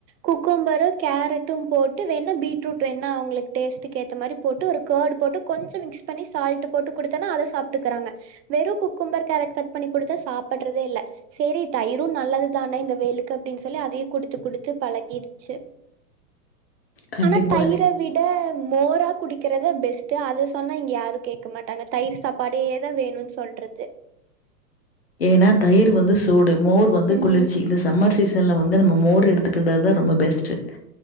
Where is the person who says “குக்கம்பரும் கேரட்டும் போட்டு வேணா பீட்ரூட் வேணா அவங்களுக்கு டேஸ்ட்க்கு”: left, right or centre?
Right